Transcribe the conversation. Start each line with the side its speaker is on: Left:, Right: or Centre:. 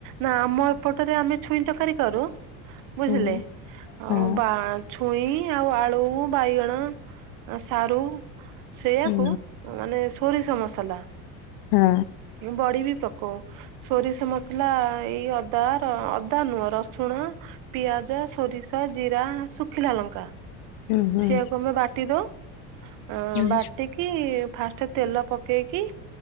Right: ନା ଆମ ଏପଟରେ ଆମେ ଛୁଇଁ ତରକାରୀ କରୁ ବୁଝିଲେ
Left: ହୁଁ ହଁ
Right: ଅଁ ବା ଛୁଇଁ ଆଉ ଆଳୁ, ବାଇଗଣ, ଆ ସାରୁ ସେଇ
Left: ହୁଁ
Right: ଆକୁ ଉଁ ମାନେ ସୋରିଷ ମସଲା।
Left: ହୁଁ।
Right: ଏ ବଡି ବି ପକଉ। ସୋରିଷ ମସଲା ଏଇ ଅଦା ର ଅଦା ନୁହଁ ରସୁଣ ପିଆଜ, ସୋରିଷ, ଜିରା, ଶୁଖିଲା ଲଙ୍କା
Left: ହୁଁ ହୁଁ
Right: ସେଆକୁ ଆମେ ବାଟିଦଉ। ହଁ
Left: ହୁଁ
Right: ବାଟିିକ କି ଫାଷ୍ଟ୍ ତେଲ ପକେଇକି